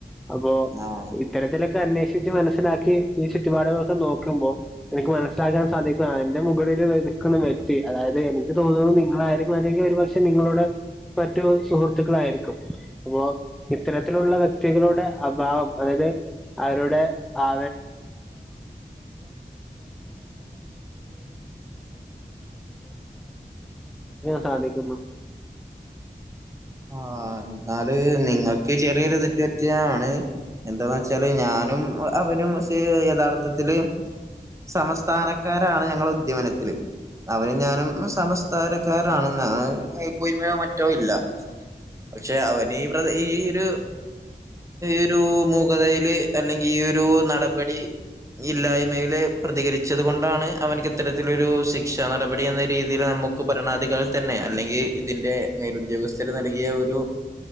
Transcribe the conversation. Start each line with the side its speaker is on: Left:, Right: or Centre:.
Centre: അപ്പോ,
Right: ആഹ്
Centre: ഇത്തരത്തിലൊക്കെ അന്വേഷിച്ച് മനസിലാക്കി ചുറ്റുപാടുകളൊക്കെ നോക്കുമ്പോ എനിക്ക് മനസിലാക്കാൻ സാധിക്കു, എന്റെ മുകളിലു നിൽക്കുന്ന വ്യക്തി അതായത് തോന്നുന്നത് നിങ്ങള അല്ലെങ്കി ഒരു പക്ഷെ നിങ്ങളുടെ മറ്റു സുഹൃത്തുകളായിരിക്കും. വ ഇത്തരത്തിലുള്ള വ്യക്തികളുടെ അഭാവം അതായത് അവരുടെ ആ സ്ഥാപിക്കുന്നു
Right: ആ ന്നാല് നിങ്ങക്ക് ചെറിയൊരു തെറ്റ് പറ്റിയ ആണ്. എന്താന്ന് വെച്ചാല് ഞാനും അവനും സിയയ് യഥാർ ത്തത്തില് സമസ്ഥാനക്കാരാണ് ഞങ്ങള ഉദ്ദീവനത്തില്. അവനും ഞാനും സമസ്ഥാനക്കാരാണ് <unintelligible> മേല് കോയിമയൊ മറ്റൊ ഇല്ല. പക്ഷേ അവനു ഇവിടെ ഈ ഒരു ഒരു മൂകതയില് അല്ലങ്കി ഈ ഒരു നടപടി ഇല്ലായ്മയില് പ്രതികരിച്ച കൊണ്ടാണ് അവനിക്ക് ഇത്തരത്തിലൊരു ശിക്ഷാ നടപടി എന്ന രീതിയില് നമ്മുക്ക് ഭരണാധ ധികളിൽ തന്നെ അല്ലങ്കിൽ ഇതിന്റെ മേലു ഉദ്ദോഗസ്ഥ ചെല് നൽകിയ ഒരു